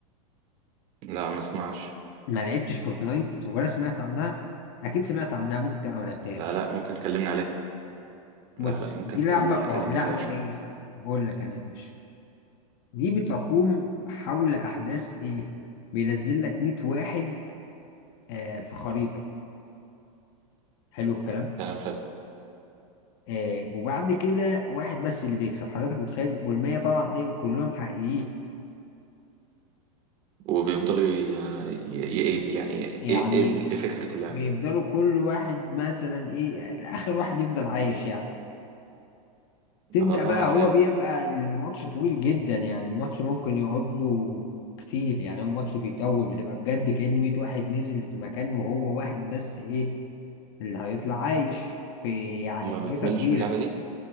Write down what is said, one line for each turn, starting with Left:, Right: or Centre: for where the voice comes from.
Right: لا ما اسمعش
Left: ما لعبتش فورتنايت ولا سمعت عنها اكيد سمعت عنها ممكن تبقى ما لعبتهاش
Right: لا لا ممكن تكلمني عليها
Left: بص
Right: لا لا ممكن
Left: دي
Right: تكل-
Left: لعبه اه،
Right: تكلمني
Left: لعبه
Right: عليها شوية
Left: ايه اقول لك انا يا باشا دي بتقوم حول احداث ايه بينزل لك 100 واحد آه، في خريطه حلو الكلام
Right: كلام حلو
Left: آه وبعد كده واحد بس اللي بيكسب حضرتك متخيل والمية طبعا ايه كلهم حقيقيين
Right: وبيفضلوا ي... ي... ي... ايه يعني
Left: يعني
Right: ايه ايه ال- إيه فكرة اللعبة
Left: بيفضلوا كل واحد مثلا ايه اخر واحد يفضل عايش يعني تبدأ
Right: اه
Left: بقى
Right: اه فهمت
Left: هو بيبقى الماتش طويل جدا يعني الماتش ممكن يقعد له كتير يعني هو ماتش بيطول بتبقى بجد كأن 100 واحد نزل في مكان وهو واحد بس ايه اللي هيطلع عايش في يعني
Right: هما
Left: خريطة
Right: ما بتملش
Left: كبيرة
Right: من اللعبة دي